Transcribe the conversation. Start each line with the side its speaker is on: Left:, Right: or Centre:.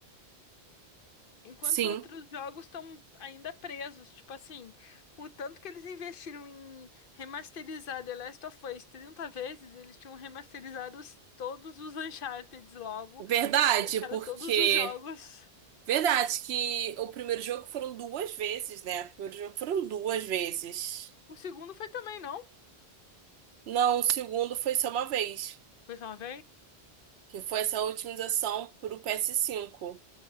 Left: Enquanto
Right: Sim,
Left: outros jogos estão ainda presos, tipo assim, com o tanto que eles investiram em remasterizar The Last of Us 30 vezes, eles tinham remasterizado os- todos os Uncharted logo
Right: verdade,
Left: e deixaram
Right: porque
Left: todos os jogos.
Right: verdade que o primeiro jogo foram duas vezes, né? O primeiro jogo foram duas vezes.
Left: O segundo foi também, não?
Right: Não, o segundo foi só uma vez,
Left: Foi só uma vez?
Right: que foi essa otimização pro ps cinco